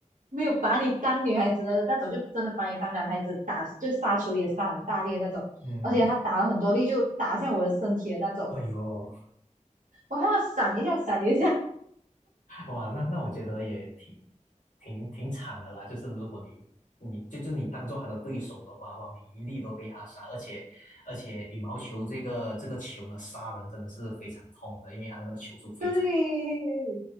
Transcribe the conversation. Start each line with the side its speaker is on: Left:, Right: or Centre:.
Right: 没有把你当女孩子的那种，就真的把你当男孩子打，就杀球也杀很大力的那种。
Left: <laughs> 嗯，
Right: 而且他打了很多力，就打向我的身体的那种。
Left: 哎呦，
Right: 我看到闪一下，闪一下，
Left: 哇，那那我觉得也挺挺挺惨的啦。就是如果你你就就你当做他的对手的话，哇，每一粒都被他杀，而且而且羽毛球这个这个球呢，杀人真的是非常痛的，因为他的那个球速非常。
Right: 对，